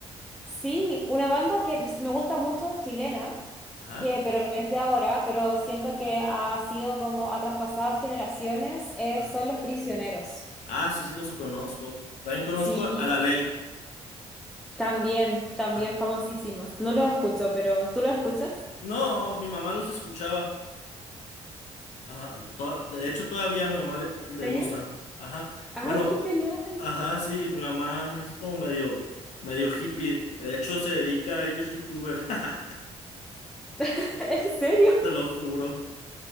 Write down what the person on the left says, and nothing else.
Lucha.
Ajá,
ajá.
Ah, sí, sí, los conozco. También conozco
a La Ley.
Ah,
ah.
No, mi mamá los escuchaba. Ajá. to- De hecho, todavía a mi mamá le, le
gustan.
Ajá.
Bueno,
ajá, sí, mi mamá es como medio, medio hippie. De hecho, se dedica, ella es youtuber. <laughs>
Te lo juro.